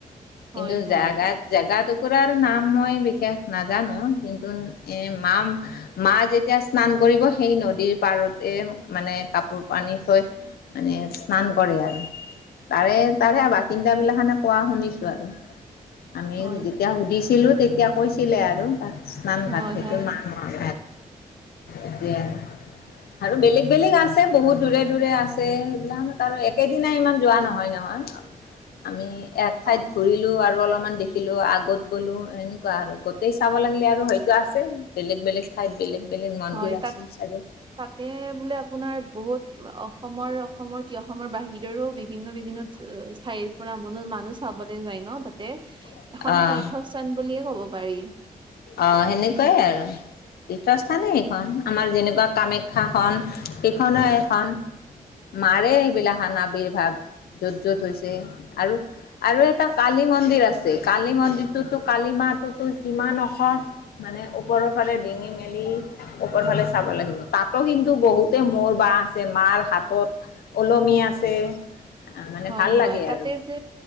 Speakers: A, on the right; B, on the left.
A: হয়
B: কিন্তু
A: হয়
B: জাগাত জাগাটোক কুকুৰাৰ নাম মই বিশেষ নাজানো কিন্তু এ, মা-মা যেতিয়া স্নান কৰিব সেই নদীৰ পাৰতে মানে কাপোৰ পানি থৈ মানে স্নান কৰে আৰু তাৰে তাৰে আৰু বাসিন্দা বিলাকখানে কোৱা শুনিছো। আৰু আমি
A: হয়
B: যেতিয়া সুধিছিলোঁ তেতিয়া কৈছিলে আৰু তাত। স্নানঘাট
A: হয়
B: সেইটো
A: হয় হয়
B: নামাই এতিয়া আৰু বেলেগ বেলেগ আছে বহুত। দূৰে দূৰে আছে সেইবিলাকত আৰু একেদিনাই ইমান যোৱা নহয় নহয়। আমি এক ঠাইত
A: হয়
B: ঘূৰিলো আৰু অলপ অকমান দেখিলো আগত গ'লো এনেকুৱা আৰু গোটেই চাব লাগিলে আৰু হয়তো আছে বেলেগ বেলেগ ঠাইত, বেলেগ বেলেগ মন্দিৰ
A: হয়
B: আছিল
A: তাত,
B: চাগে।
A: তাতে বোলে আপোনাৰ বহুত অসমৰ, অসমৰ কি অসমৰ বাহিৰৰো বিভিন্ন বিভিন্ন ঠাইৰ পৰা ম-মানুহ চাব চাবলৈ যায় ন তাতে,
B: অ'
A: এখন তীৰ্থস্থান বুলিয়ে ক'ব পাৰি।
B: অহ' সেনেকুৱাই আৰু। তীৰ্থস্থানেই সেইখন আমাৰ যেনেকুৱা কামাখ্যাখন, সেইখনো এখন। মাৰে এইবিলাসান আবিৰ্ভাৱ। য'ত য'ত হৈছে আৰু, আৰু এটা কালি মন্দিৰ আছে কালি মন্দিৰটোতো কালি মা তাতেটো কিমান ওখ। ওখ, মানে ওপৰৰ ফালে ডিঙি মেলি ওপৰৰ ফালে চাব লাগিব তাতো কিন্তু বহুত মোৰ বা আছে মাৰ হাতত ওলমি আছে। মানে
A: হয়
B: ভাল
A: হয়
B: লাগে
A: তাতে
B: আৰু
A: যে